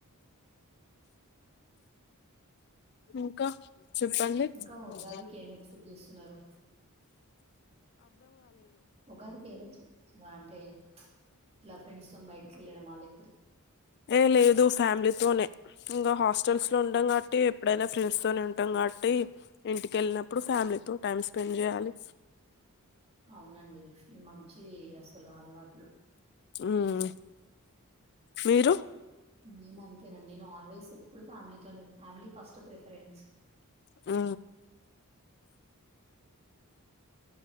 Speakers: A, on the left; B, on the right.
A: ఇంకా చెప్పండి.
B: ఇంకా
A: అ
B: ఉగాదికి ఏం ఎక్స్పెక్ట్ చేస్తున్నారు ఉగాదికి ఏం ఎక్స్పెక్ట్ అంటే ఇలా ఫ్రెండ్స్తోన్ బయటికి వెల్లడం అల్లే
A: ఏ లేదు ఫ్యామిలీతోనే ఇంకా హాస్టల్స్లో ఉంటాం కాబట్టి ఎప్పుడైనా ఫ్రెండ్స్తోనే ఉంటాం కాబట్టి ఇంటికెళ్ళినప్పుడు ఫ్యామిలీతో టైమ్ స్పెండ్ చేయాలి.
B: అవునండి ఇది మంచి అసలు అలవాట్ ట్లు.
A: మ్ మీరు?
B: మేం అంతేనండి. నేన్ ఆల్వేస్ ఎప్పుడు ఫ్యామిలీతోనే ఫ్యామిలీ ఫస్ట్ ప్రిఫరెన్స్
A: ఆ